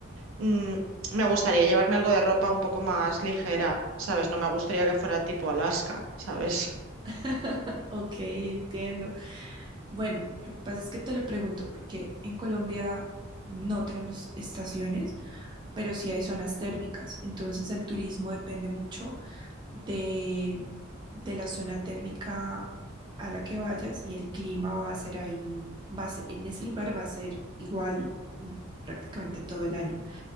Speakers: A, on the right; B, on the right.
A: mm, me gustaría llevarme algo de ropa un poco más ligera, ¿sabes? No me gustaría que fuera tipo Alaska, ¿sabes?
B: <laughs> Ok, entiendo. Bueno, lo que pasa es que te lo pregunto porque en Colombia no tenemos estaciones, pero sí hay zonas térmicas. Entonces el turismo depende mucho. de, de la zona térmica a la que vayas y el clima va a ser ahí, va a ser- en ese lugar va a ser igual mm, prácticamente todo el año.